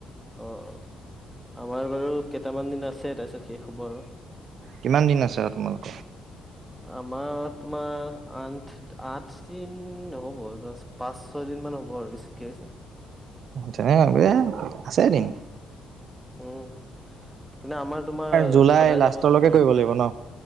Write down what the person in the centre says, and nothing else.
অ অ আমাৰ বাৰু কেইটামান দিন আছে তাৰপিছত শেষ হ'ব আৰু
আমাৰ তোমাৰ আঠ আঠ দিন নহ'ব ধৰা পাঁচ ছয় দিন মান হ'ব আৰু বেছিকে
উম কিন্তু আমাৰ তোমাৰ
সদায়
যাব দৰকাৰ
নাই ন